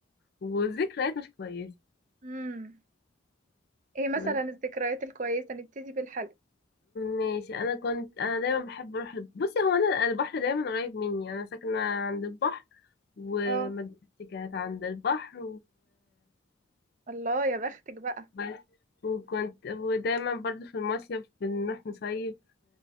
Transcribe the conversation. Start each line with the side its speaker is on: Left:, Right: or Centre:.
Left: وذكريات مش كويسه
Right: امم ايه مثلا
Left: بس
Right: الذكريات الكويسه نبتدي بالحلق
Left: ماشي انا كنت انا دايما بحب اروح الب- بصي هو انا البحر دايما قريب مني انا ساكنه عند البحر ومدرستي
Right: اه
Left: كانت عند البحر
Right: الله يا بختك بقى
Left: بس وكنت ودايما برضو في المصيف بنروح نصيف